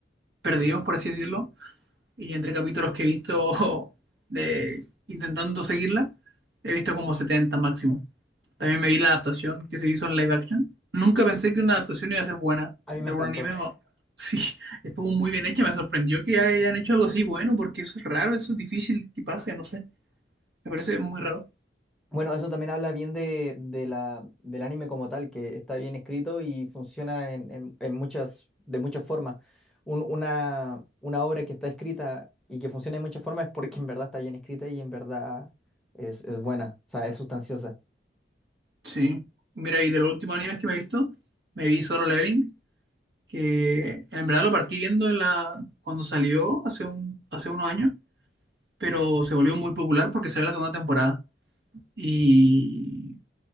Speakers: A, on the right (about 70°); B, in the centre.
A: perdidos, por así decirlo, y entre capítulos que he visto <laughs> de intentando seguirla, he visto como 70 máximo. También me vi la adaptación que se hizo en live action. Nunca pensé que una adaptación iba a ser buena
B: A mí
A: de
B: me
A: algún
B: encantó.
A: anime. o- Sí, <laughs> estuvo muy bien hecha. Me sorprendió que hayan hecho algo así bueno, porque eso es raro, eso es difícil que pase, no sé. Me parece muy raro.
B: Bueno, eso también habla bien de, de la, del anime como tal, que está bien escrito y funciona en, en- en muchas, de muchas formas. Un- una, una obra que está escrita y que funciona de muchas formas es porque en verdad está bien escrita y en verdad es, es buena, o sea, es sustanciosa.
A: Sí. Mira, y de los últimos animes que me he visto, me vi Solo Leveling, que en verdad lo partí viendo en la... cuando salió hace un... hace unos años pero se volvió muy popular porque salió la segunda temporada y,